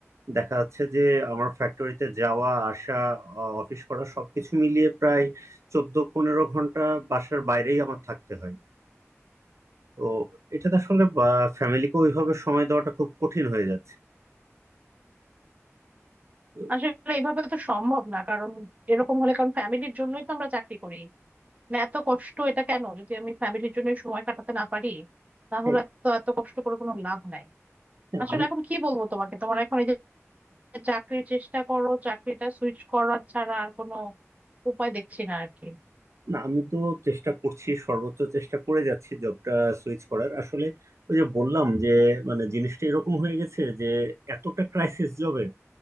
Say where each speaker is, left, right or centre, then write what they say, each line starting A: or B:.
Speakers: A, on the right; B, on the right.
A: দেখা যাচ্ছে যে আমার ফ্যাক্টরিতে যাওয়া আসা আহ, অফিস করা সবকিছু মিলিয়ে প্রায় চোদ্দ পনেরো ঘন্টা বাসার বাইরেই আমার থাকতে হয় তো এটাতে আসলে ফ্যামিলিকে ওইভাবে সময় দেওয়াটা খুব কঠিন হয়ে যাচ্ছে তো,
B: আসলে এইভাবে তো সম্ভব না কারণ এরকম হলে কারণ ফ্যামিলির জন্যই তো আমরা চাকরি করি মানে এত কষ্ট এটা কেন যদি আমি ফ্যামিলির জন্য সময় কাটাতে না পারি তাহলে
A: হ্যাঁ
B: তো এত কষ্ট করে কোনো লাভ নাই
A: হ্যাঁ,
B: আসলে
A: আমি
B: এখন কি বলবো তোমাকে তোমার এখন এই যে চাকরির চেষ্টা করো চাকরিটা সুইচ করার ছাড়া আর কোনো উপায় দেখছি না আর কি
A: না আমি তো চেষ্টা করছি সর্বোচ্চ চেষ্টা করে যাচ্ছি জবটা সুইচ করার আসলে ওই যে বললাম যে মানে জিনিসটা এরকম হয়ে গেছে যে এতটা ক্রাইসিস জবে